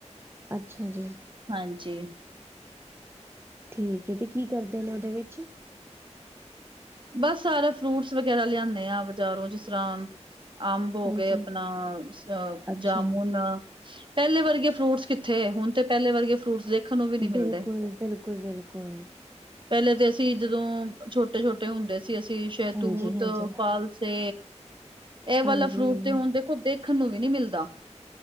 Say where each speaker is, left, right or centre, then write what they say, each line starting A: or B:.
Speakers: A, on the right; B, on the right.
A: ਅੱਛਾ ਜੀ
B: ਹਾਂਜੀ
A: ਠੀਕ ਹੈ ਤੇ ਕੀ ਕਰਦੇ ਨੇ ਉਹਦੇ ਵਿੱਚ
B: ਬਸ ਸਾਰਾ ਫਰੂਟਸ ਵਗੈਰਾ ਲਿਆਨੇ ਆ ਬਜ਼ਾਰੋਂ ਜਿਸ ਤਰ੍ਹਾਂ ਅੰਬ ਹੋ
A: ਹਾਂਜੀ
B: ਗਏ ਆਪਣਾ <unintelligible>
A: ਅੱਛਾ
B: ਜਾਮੁਨ ਪਹਿਲੇ ਵਰਗੇ ਫਰੂਟਸ ਕਿੱਥੇ ਹੁਣ ਤੇ ਪਹਿਲੇ ਵਰਗੇ ਫਰੂਟਸ ਦੇ ਦੇਖਣ ਨੂੰ ਵੀ ਨਹੀਂ ਮਿਲਦੇ
A: ਬਿਲਕੁਲ ਬਿਲਕੁਲ ਬਿਲਕੁਲ
B: ਪਹਿਲੇ ਤੇ ਅਸੀਂ ਜਦੋਂ ਛੋਟੇ ਛੋਟੇ ਟੇ ਹੁੰਦੇ ਸੀ ਅਸੀਂ ਸਹਿਤੂਤ
A: ਹਾਂਜੀ ਹਾਂਜੀ
B: ਫਾਲਸੇ ਇਹ ਵਾਲਾ
A: ਹਾਂਜੀ
B: ਫਰੂਟ ਤੇ ਹੁਣ ਦੇਖੋ ਦੇਖਣ ਨੂੰ ਵੀ ਨਹੀਂ ਮਿਲਦਾ